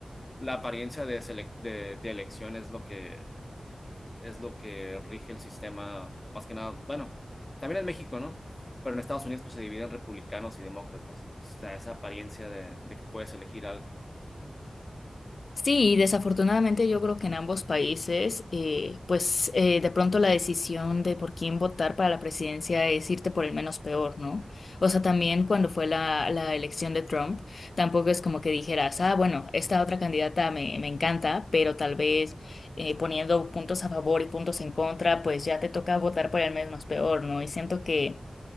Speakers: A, on the left; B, on the left.
A: la apariencia de, selec- de, de elección es lo que, es lo que rige el sistema, más que nada, bueno, también en México, ¿no? Pero en Estados Unidos pues se dividen republicanos y demócratas. Entonces está esa apariencia de, de que puedes elegir algo.
B: Sí, y desafortunadamente yo creo que en ambos países, eh, pues eh, de pronto la decisión de por quién votar para la presidencia es irte por el menos peor, ¿no? O sea, también cuando fue la, la elección de Trump, tampoco es como que dijeras, ah, bueno, esta otra candidata me, me encanta, pero tal vez eh, poniendo puntos a favor y puntos en contra, pues ya te toca votar por el menos peor, ¿no? Y siento que...